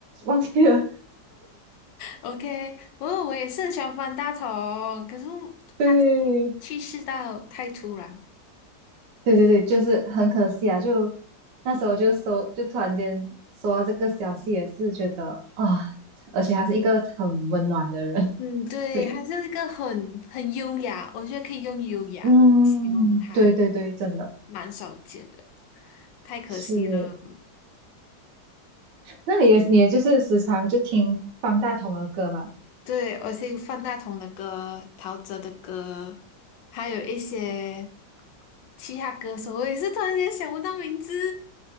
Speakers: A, on the right; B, on the left.
A: 忘记了。
B: ，OK，我我也是很喜欢方大同，可是
A: <laughs> 对，
B: 他去世到太突然，
A: 对对对，就是很可惜啊！就那时候就收，就突然间收到这个消息，也是觉得啊，而且他是一个很温暖的人。
B: 嗯，
A: <laughs>
B: 对，
A: 对，
B: 他就是一个很很优雅，我觉得可以用优雅形容他，
A: 嗯，对对对，真的
B: 蛮少见的，太可惜了。
A: 是。那你也你也就是时常就听方大同的歌嘛？
B: 对，而且有范大同的歌、陶喆的歌，还有一些其他歌手，我也是突然间想不到名字。